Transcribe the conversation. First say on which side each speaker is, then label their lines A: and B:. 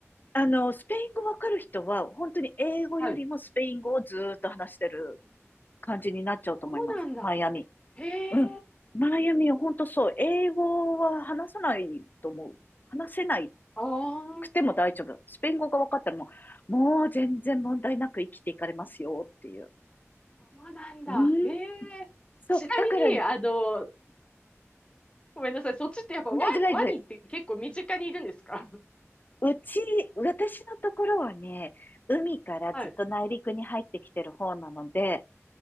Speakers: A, on the left; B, on the left.
A: あの、スペイン語わかる人は、本当に英語よりもスペイン語をずーっと話してる
B: はい。
A: 感じになっちゃうと思います。
B: そうなんだ。
A: マイアミ。
B: へえ。
A: うん。マイアミは本当そう。英語は話さないと思う。話せない
B: ああ、
A: くても大丈夫。スペイン語が分かったらもう、もう全然問題なく生きていかれますよっていう。
B: そうなんだ。
A: うん。
B: へえ。
A: そう。
B: ちなみに、
A: だから、うん
B: あの、ごめんなさい。そっちってやっぱワ、
A: うん。大丈夫、大丈夫。
B: ワニって結構身近にいるんですか <laughs>
A: うち、私のところはね、海からずっと内陸に入ってきてる方なので、
B: はい。